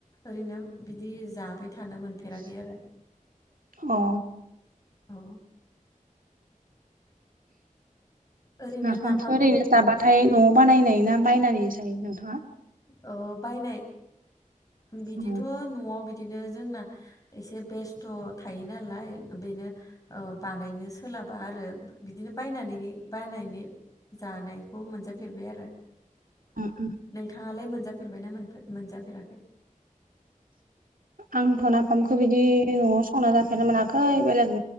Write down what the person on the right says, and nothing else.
अ।
नाफामखो
ओरैनो जाबाथाय न'आव बानायनाय ना बायनानै जायो नोंथां।
अ
उम उम
आंथ' नाफामखौ बिदि न'आव संना जाफेरनो मोनाखै बेलेग